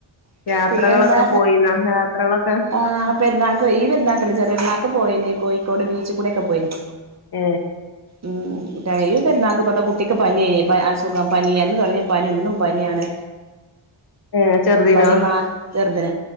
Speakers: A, on the left (about 50°); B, on the right (about 35°).
A: യാത്രകളൊക്കെ
B: പിന്നെന്താ
A: പോയിന്നോ യാത്രകളൊക്കെ
B: ആ പെരുന്നാക്ക് ഈ പെരുന്നാക്കല്ല ചെറിയ പെരുന്നാക്ക് പോയിന് കോഴിക്കോട് ബീച്ച് കൂടെക്കെ പോയിന്
A: ഏ
B: ഉം ഈ പെരുന്നാക്ക് ഇപ്പെന്താ കുട്ടിക്ക് പനി അസുഖം പനി എന്ന് പറഞ്ഞ് പനി ഇന്നും പനിയാണ്
A: ഏ ചെറുതിനാ
B: പനി മാ ചെറുതിന്